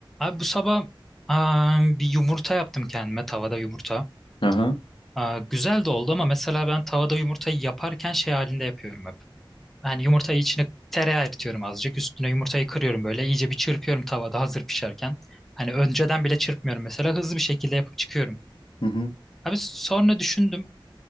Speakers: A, in the centre; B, on the left.
A: Abi bu sabah aa, bir yumurta yaptım kendime tavada yumurta.
B: Aha.
A: Aa, güzel de oldu ama mesela ben tavada yumurtayı yaparken şey halinde yapıyorum hep. Yani yumurtayı içine tereyağı eritiyorum azıcık. Üstüne yumurtayı kırıyorum böyle. iyice bir çırpıyorum tavada hazır pişerken. Hani önceden bile çırpmıyorum mesela. Hızlı bir şekilde yapıp çıkıyorum.
B: Hı hı.
A: Abi sonra düşündüm